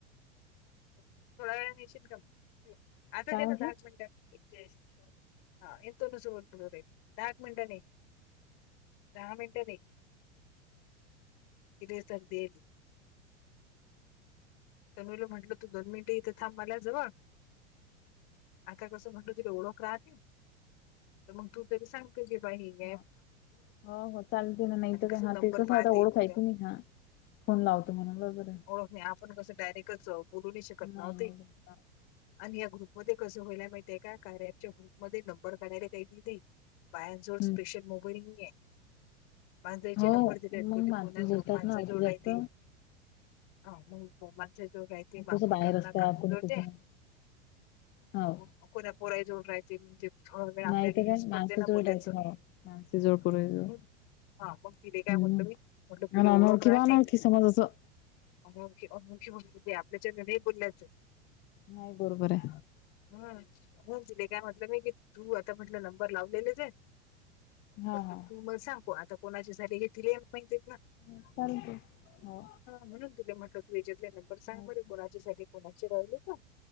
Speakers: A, on the left (about 50°); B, on the left (about 30°).
A: थोडा वेळान यीशिन का मग? आताच
B: काय
A: ये
B: म्हटलं
A: ना दहाच मिनटं आहेत. ह येतो ना <unintelligible> रे, दहाच मिनिटांन ये. दहा मिनटं दे. तिले सर्दीय. तनुला म्हंटल, तू दोन मिनिटं इथं थांब माझ्या जवळ. आता कसं म्हटलं तुरी ओळख राहते, तर मग तू तरी सांग तुझी <unintelligible>
B: हा. हो हो चालते ना नाही
A: आणि
B: तर
A: कसं
B: काय, हा
A: नंबर
B: ते कस
A: पाहते
B: आता ओळख
A: कोणत्या
B: आहे की नाही हा. फोन लावतो म्हणाून बरोबराय.
A: ओळख नाही. आपण कसं डायरेक्टच बोलु नही शकत.
B: नाही
A: नव्हते.
B: नाही <unintelligible>
A: आणि या ग्रुपमध्ये कसं व्हायला माहितीय काय, कार्याच्या ग्रुपमध्ये नंबर <unintelligible> काय ती ते. बायांजवळ स्पेशल
B: हम्म
A: मोबाईल नईयाय. माणसांचे
B: हो
A: नंबर दिले आहेत.
B: मग
A: कदी
B: माणसच
A: कोणा
B: बोलतात
A: जो माणसाजवळ
B: ना अती जास्त
A: <unintelligible> हा मग <unintelligible> ते मग
B: कसं
A: आपण
B: बाहेर
A: का
B: असतात
A: काकू
B: कोणी
A: जोड
B: कुठून
A: दे.
B: हो
A: मग कोणा पोरा जोड राहायचे ह वेळा आपल्याला
B: माहित
A: हेच
B: काय
A: पडते
B: माणसे
A: ना
B: जोड
A: बोलायचं.
B: राहते मला माणसे जोड पुरे
A: <unintelligible>
B: जोड
A: हा मग तिले काय
B: हम्म
A: म्हटलं मी, म्हटलं तुले
B: आणि अनोळखी
A: ओळख राहते.
B: वा अनोळखी समज असं
A: अनोखी अनोखी म्हणते ती आपल्या ज नाही बोललायच.
B: नाही बरोबराय.
A: हम्म तिले काय म्हटलं मी कि, तू आता म्हटलं नंबर लावलेलेचय
B: हा
A: तू
B: हा
A: मग सांगू आता कोणाची झाले, हे तिले बी माहितीय.
B: ह चालते हो.
A: म्हणून तिले म्हटलं तू याच्यातले नंबर
B: माहिती.
A: सांग मरे कोणाच्या सा कोणाची राहिली का.